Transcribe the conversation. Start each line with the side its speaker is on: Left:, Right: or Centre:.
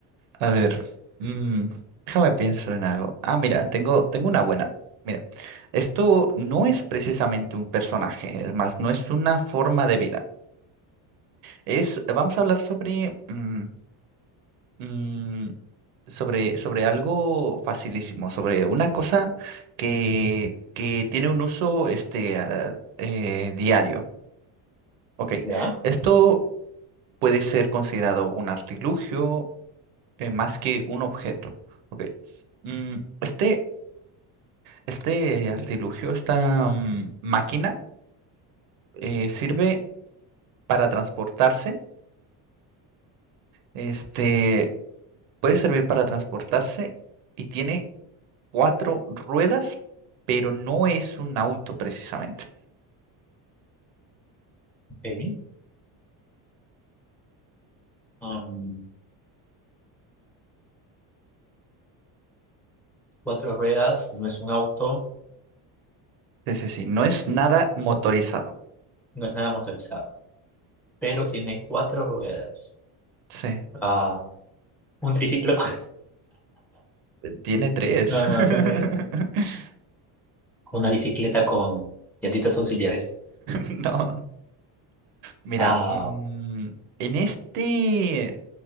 Right: A ver, mm, déjame pienso en algo. Ah, mira, tengo, tengo una buena. Mira, esto no es precisamente un personaje, es más, no es una forma de vida. Es, vamos a hablar sobre, mm, mm, sobre, sobre algo facilísimo, sobre una cosa que, que tiene un uso, este, ah, eh, diario. Ok,
Centre: Ya.
Right: esto puede ser considerado un artilugio eh, más que un objeto. Ok. Mm, este, este artilugio, esta mm, máquina, eh, sirve para transportarse. Este puede servir para transportarse y tiene cuatro ruedas, pero no es un auto precisamente.
Centre: ok. Am, cuatro ruedas, no es un auto,
Right: Sí, sí, sí, no es nada motorizado.
Centre: no es nada motorizado, pero tiene cuatro ruedas.
Right: Sí,
Centre: Ah, un triciclo. <laughs>
Right: tiene tres.
Centre: No,
Right: <laughs>
Centre: no, tiene una bicicleta con llantitas auxiliares.
Right: No, mira,
Centre: Ah,
Right: mm, en este.